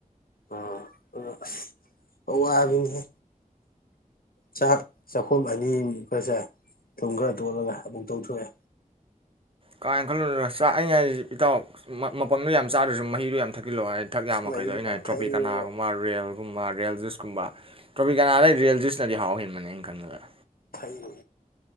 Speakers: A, on the left; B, on the right.
A: ꯎꯝ ꯎꯝ ꯑꯁ ꯑꯋꯥꯕꯤꯅꯤꯍꯦ꯫ ꯆꯥꯛ ꯆꯈꯣꯝ ꯑꯅꯤ <unintelligible> ꯕꯖꯦ ꯊꯨꯝ ꯈꯔ ꯇꯣꯠꯂꯒ ꯑꯗꯨꯝ ꯇꯣꯛꯊꯣꯛꯑꯦ꯫
B: ꯀꯥ ꯍꯦꯟꯅ ꯈꯜꯂꯨꯅꯨꯗ ꯆꯥ ꯑꯩ ꯍꯥꯏꯖꯦ ꯏꯇꯥꯎ ꯃ ꯃꯄꯪꯗꯣ ꯌꯥꯝ ꯆꯥꯗ꯭ꯔꯖꯨ ꯃꯍꯤꯗꯣ ꯌꯥꯝ ꯊꯛ ꯊꯤꯜꯂꯣ ꯍꯥꯏ ꯊꯛ ꯌꯥꯕ ꯃꯈꯩꯗꯣ
A: ꯃꯍꯤ
B: ꯑꯩꯅ
A: ꯄꯪꯊꯛꯑꯕ
B: ꯍꯥꯏ ꯇ꯭ꯔꯣꯄꯤꯀꯅꯥ ꯒꯨꯝꯕ ꯔꯤꯌꯦꯜ ꯎꯝ ꯃ ꯔꯦꯜ ꯖꯨꯏꯁꯀꯨꯝꯕ ꯇꯔꯣꯄꯤꯀꯅꯥ ꯗꯩ ꯔ‌ꯦꯜ ꯖꯨꯏꯁꯅ ꯗꯤ ꯍꯥꯎꯕ ꯍꯦꯟꯕꯅꯤ ꯑꯩꯩ ꯈꯟꯕꯗ꯫
A: ꯊꯩꯑ